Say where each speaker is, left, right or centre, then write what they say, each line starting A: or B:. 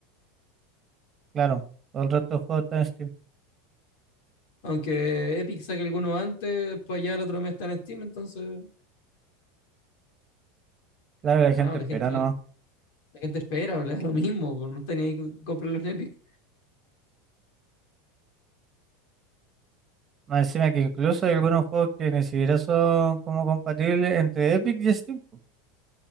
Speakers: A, on the right; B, on the left.
A: claro. Todo el resto de juegos está en Steam.
B: Aunque Epic saque alguno antes, pues ya el otro mes está en Steam, entonces,
A: Claro, la
B: no,
A: gente
B: la
A: espera
B: gente,
A: nomás.
B: la gente espera, <laughs> o le da lo mismo, pues no tenía que comprarlo en Epic.
A: Más encima que incluso hay algunos juegos que ni siquiera son como compatibles entre Epic y Steam. po.